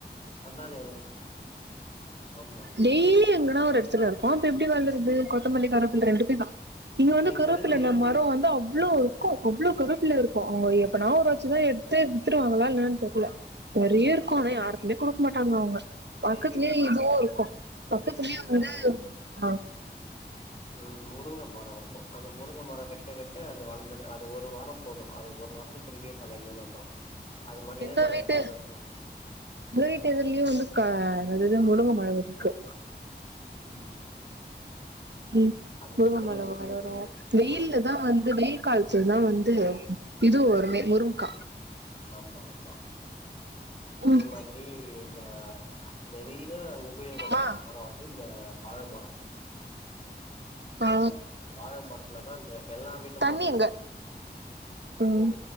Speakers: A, on the left; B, on the right.
A: வந்தானே ஆமா
B: டெய்லி எங்கனா ஒரு எடத்துல இருக்கோ அப்ப எப்டி வளருது கொத்தமல்லி கருவப்பில்ல ரெண்டுமே தா இங்க வந்து
A: எனக்கு
B: கருவப்பில
A: தெரிஞ்சு
B: த மரோ வந்து அவ்ளோ க்கு அவ்ளோ கருவப்பில்ல இருக்கு அவுங்க எப்பனா ஒரு வாச்சுதா எடுத்து வித்துருவாங்களா என்னன்னு தெர்ல நெறைய
A: ம்
B: இருக்கு ஆனா யாருக்குமே குடுக்க மாட்டாங்க அவங்க பக்கத்துலயே
A: எங்க வீட்டுக்
B: இதுவு இருக்கு பக்கத்துலயே
A: கீழ கூட
B: வந்து ஆ
A: ம் முருங்க மரோ இருக்கு அத முருங்க மரோ வெட்ட வெட்ட அது வளர்ந்துடு அது ஒரு வாரோ போது அது ஒரு வாரோ து திரும்பி அது பழையமாரி வந்துரு அது மாரிதா
B: எங்க
A: இந்த
B: வீட்டு
A: கருவேப்பில
B: எங்க வீட்டு இதுலியு வந்து கா அது இது முருங்க மரோ இருக்கு
A: ம்
B: ம்
A: அந்த
B: முருங்க மள வளரு
A: கீர
B: வெயில்ல
A: முருங்க
B: தா வந் இந்த வெயில் காலத்துல தா வந்து இது
A: ம்
B: வருமே முருங்க்கா
A: ஆமா ஆமா அதே
B: ம்
A: மாதிரி இந்த நெறைய உபயோகப்பட்ற
B: மா
A: மரோ வந்து இந்த வாழமரோ
B: ஆ
A: அந்த வாழ மரத்துலதா அந்த எல்லா விதமான
B: தண்ணி எங்க ம்
A: ஓ